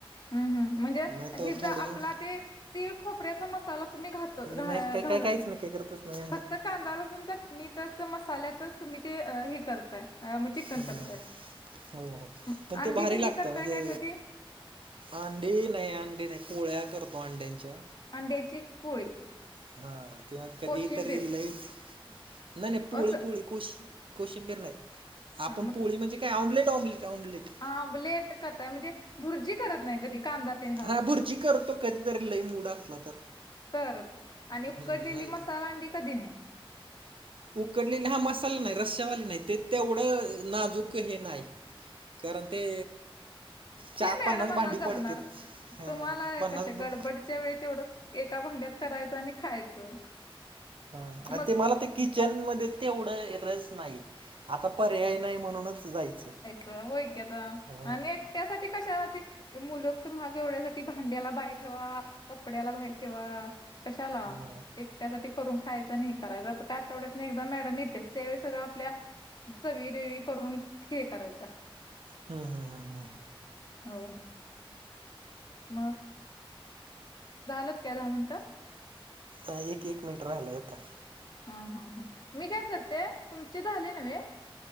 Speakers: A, on the left; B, on the right.
A: हम्म हम्म. म्हणजे
B: नाही तर
A: हे
B: थोडंसं
A: ज आपला ते तिळ खोपऱ्याचा मसाला तुम्ही घात तर घाल-घालत
B: नाही काही काही काहीच
A: नाही.
B: काही करतच नाही
A: फक्त कांदा लसुण चटणीतच मसाल्यातच तुम्ही ते हे करताय, मग चिकन
B: हम्म.
A: करताय.
B: हो हो.
A: म,
B: पण
A: अंडी
B: ते भारी
A: बिंडी
B: लागतं
A: करताय
B: म्हणजे,
A: काय कधी
B: अंडी नाही अंडी नाही, पोळ्या करतो अंड्यांच्या.
A: अंड्याची पोळी.
B: हा, किंवा कधी
A: कोशिंबीर
B: तर लैच, नाही नाही पोळी
A: असं
B: पोळी. कोशि कोशिंबीर नाही, आपण
A: हा
B: पोळी म्हणजे काय? Omelette omelette omelette.
A: ऑमलेट करताय म्हणजे, भुर्जी करत नाही कधी. कांदा तेन घालून
B: हा. भुर्जी करतो कधीतरी लय मूड असला तर.
A: तरचं आणि उकडलेली
B: हम्म नाही
A: मसाला
B: तर.
A: अंडी कधी नाही.
B: उकडलेला हा मसाला नाही, रश्यावाली नाही ते तेवढं नाजूक हे नाही. कारण ते, चार
A: त्या मॅडमांना
B: पन्नास भांडी
A: जमणारचं,
B: पडतेत. हा
A: तुम्हाला
B: पन्नास
A: कसे
B: ब-
A: गडबडीच्या वेळ तेवढंच. एका भांड्यात करायचं आणि खायचं.
B: हा.
A: मग
B: ते मला तर किचन मध्ये तेवढं, रस नाही. आता पर्याय नाही, म्हणूनच जायचं.
A: जाऊया की आता,
B: हा
A: आणि एकट्यासाठी कशाला ते. मुलूकच महाग एवढ्यासाठी, भांड्याला बाई ठेवा कपड्याला बाई ठेवा. कशाला
B: हा
A: एक, त्यासाठी करून खायचं नाही हे करायचं तर, आठवड्यात एकदा मॅडम येत्याचं. त्यावेळी सगळं आपल्या. चवी रेवी करून हे करायचा.
B: हम् हम् हम हम.
A: होय मग. झालत काय, दहा मिनिटं.
B: अ एक एक मिनिट राहिलाय आता.
A: हा हा हा. मी काय करते, तुमचे झाले‌ न्हवे.